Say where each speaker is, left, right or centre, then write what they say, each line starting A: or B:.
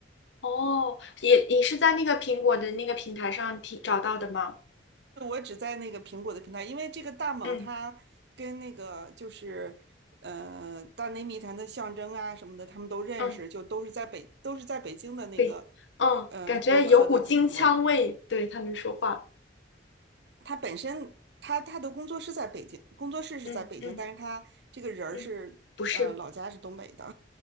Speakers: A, on the left; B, on the right.
A: 哦，也你是在那个苹果的那个平台上听找到的吗？
B: 我只在那个苹果的平台，因为这个大猛他跟那个就是呃大内密谈的象征啊什么的，
A: 嗯
B: 他们都认识，
A: 嗯，
B: 就都是在北都是在北京的那个
A: 对，嗯，
B: 嗯、
A: 感觉有股京腔味，
B: 呃播客的主播。
A: 对他们说话，
B: 他本身他他的工作室在北京，工作室是在北京，
A: 嗯嗯
B: 但是他这个人儿是呃老家是东北的。
A: 嗯，不是，